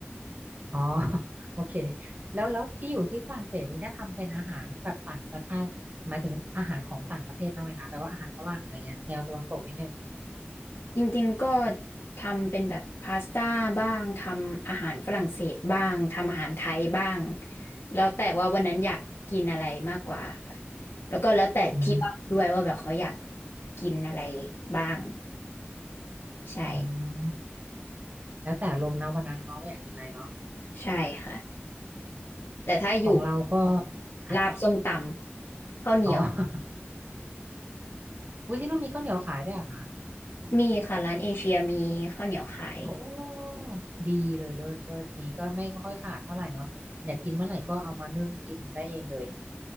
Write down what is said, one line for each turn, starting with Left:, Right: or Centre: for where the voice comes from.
Right: อ๋อ <laughs> โอเคแล้วแล้วที่อยู่ที่ฝรั่งเศสนี้ได้ทำเป็นอาหารแบบต่างประชาติหมายถึงอาหารของต่างประเทศบ้างไหมคะแบบว่าอาหารฝรั่งอะไรเงี้ยแนวตะวันตกนิดนึง
Left: จริงๆ ก็ทำเป็นแบบพาสต้าบ้างทำอาหารฝรั่งเศสบ้างทำอาหารไทยบ้างแล้วแต่ว่าวันนั้นอยากกินอะไรมากกว่าค่ะแล้วก็แล้วแต่ที่บ้านด้วยว่าแบบเขาอยาก
Right: อืม
Left: กินอะไรบ้างใช่
Right: อืมแล้วแต่ลมณ์นะวันนั้นเนาะว่าอยากกินอะไรเนาะ
Left: ใช่ค่ะแต่ถ้าอยู่
Right: ของเราก็ค่ะ
Left: ลาบส้มตำข้าวเหนียว
Right: อ๋อ <laughs> วิที่นู่นมีข้าวเหนียวขายด้วยเหรอะคะ
Left: มีค่ะร้านเอเชียมีข้าวเหนียวขาย
Right: โอ้ดีเลยเลิศเลิศนี้ก็ไม่ค่อยขาดเท่าไหร่เนาะอยากกินเมื่อไหร่ก็เอามานึ่งกินได้เองเลย